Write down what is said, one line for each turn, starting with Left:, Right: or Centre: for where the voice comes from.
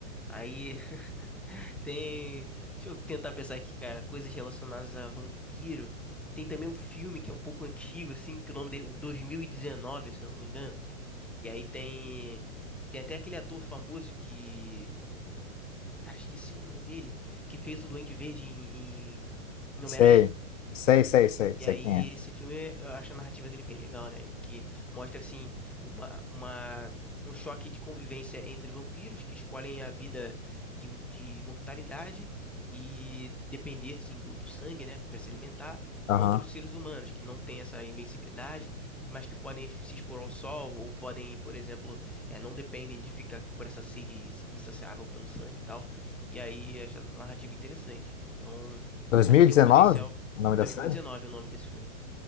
Centre: Aí Tem. Deixa eu tentar pensar aqui, cara. Coisas relacionadas a vampiro. Tem também um filme que é um pouco antigo, assim, que o nome dele é 2019, se eu não me engano. E aí tem. Tem até aquele ator famoso que. Cara, esqueci o nome dele. Que fez o Duende Verde em, em, em
Left: sei,
Centre: Homem-Aranha.
Left: sei, sei, sei,
Centre: E
Left: sei
Centre: aí,
Left: quem é.
Centre: esse filme, eu acho a narrativa dele bem legal, né? Que mostra, assim, uma, uma, um choque de convivência entre vampiros que escolhem a vida de, de imortalidade e depender, assim, do, do sangue, né? para se alimentar,
Left: Aham.
Centre: contra os seres humanos que não têm essa invencibilidade, mas que podem se expor ao sol ou podem, por exemplo, eh, não dependem de ficar por essa sede ins- insaciável pelo sangue e tal. E aí, acho essa narrativa interessante. Então,
Left: 2019,
Centre: acho que tem um potencial.
Left: o nome
Centre: 2019
Left: da série?
Centre: é o nome desse filme.